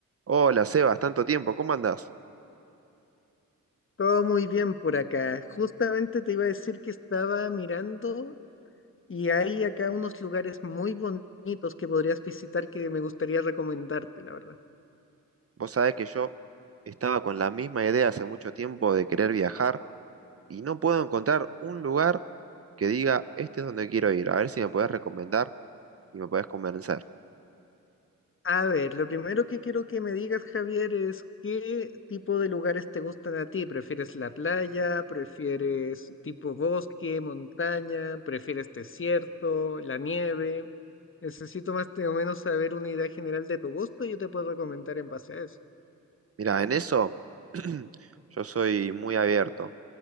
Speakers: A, on the right (about 40°); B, on the left (about 35°).
A: Hola Sebas, tanto tiempo, ¿cómo andás?
B: Todo muy bien por acá. Justamente te iba a decir que estaba mirando y hay acá unos lugares muy bonitos que podrías visitar que me gustaría recomendarte, la verdad.
A: Vos sabés que yo estaba con la misma idea hace mucho tiempo de querer viajar y no puedo encontrar un lugar que diga, este es donde quiero ir, a ver si me podés recomendar y me podés convencer.
B: A ver, lo primero que quiero que me digas, Javier, es qué tipo de lugares te gustan a ti. ¿Prefieres la playa? ¿Prefieres tipo bosque, montaña? ¿Prefieres desierto, la nieve? Necesito más o menos saber una idea general de tu gusto y yo te puedo recomendar en base a eso.
A: Mira, en eso <clears throat> yo soy muy abierto.